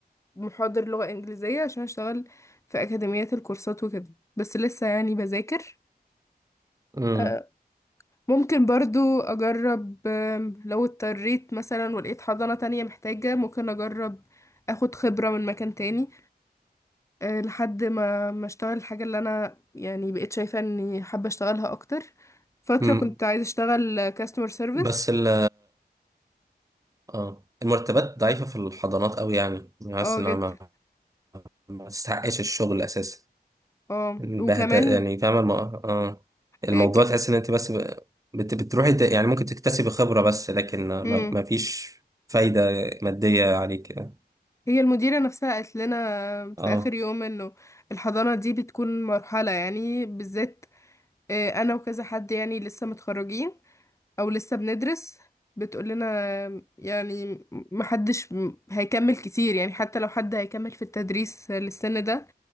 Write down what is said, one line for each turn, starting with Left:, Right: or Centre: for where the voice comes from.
Left: محاضر لغة انجليزية عشان اشتغل في اكاديميات الكورسات وكده بس لسه يعني بذاكر
Right: امم
Left: آه، ممكن برضو أجرب آم، لو اضطريت مثلا ولقيت حضانة تانية محتاجة ممكن أجرب أخد خبرة من مكان تاني آه، لحد ما ما أشتغل الحاجة اللي أنا يعني بقيت شايفة إني حابة أشتغلها أكتر فترة
Right: امم
Left: كنت عايزة أشتغل كاستمر سيرفيس
Right: بس ال اه المرتبات ضعيفة في الحضانات قوي يعني يعني حاسس
Left: اه
Right: انها
Left: جدا
Right: ما ما تستحقش الشغل اساسا
Left: اه
Right: بهدى
Left: وكمان
Right: يعني فاهمة الم... اه الموضوع
Left: آه، ك...
Right: تحس ان انت بس ب... بت... بتروحي ت... يعني ممكن تكتسبي خبرة بس لكن ما...
Left: مم.
Right: ما فيش فايدة مادية عليك يعني.
Left: هي المديرة نفسها قالت لنا في
Right: اه
Left: آخر يوم إنه الحضانة دي بتكون مرحلة يعني بالذات آه، أنا وكذا حد يعني لسه متخرجين او لسه بندرس بتقول لنا يعني محدش م- هيكمل كتير يعني حتى لو حد هيكمل في التدريس للسن ده